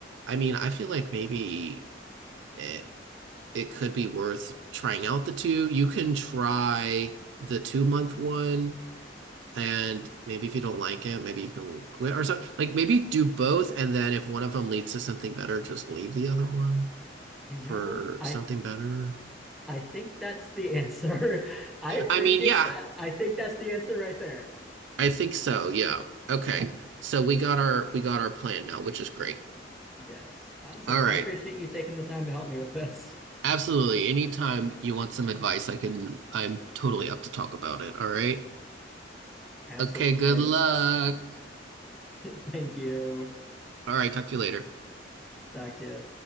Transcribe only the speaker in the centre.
You
know, I
I think that's the answer. <laughs> I appreciate
that. I think that's the answer right there.
Yes. Awesome.
I appreciate you taking the time to help me with this.
Absolutely.
Thanks.
<laughs> Thank you.
Talk to you.